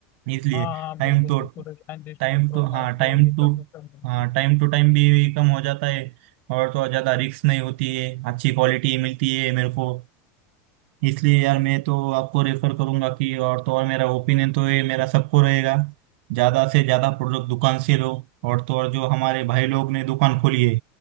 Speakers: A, on the right; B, on the left.
A: इसलिए
B: हाँ हाँ बिल्कुल
A: टाइम तो
B: बिल्कुल रिलायंस स्टोर
A: टाइम
B: क्रोमा
A: टू हाँ
B: स्टोर
A: टाइम
B: ये सब
A: टू
B: मैं सब देखता
A: हाँ
B: हूँ
A: टाइम टू टाइम भी कम हो जाता है और तो और ज़्यादा रिस्क नहीं होती है अच्छी क्वालिटी मिलती है मेरे को इसलिए यार मैं तो आपको रेफर करूंगा कि और तो और मेरा ओपिनियन तो ये मेरा सबको रहेगा ज्यादा से ज्यादा प्रोडक्ट दुकान से लो और तो और जो हमारे भाई लोग ने दुकान खोली है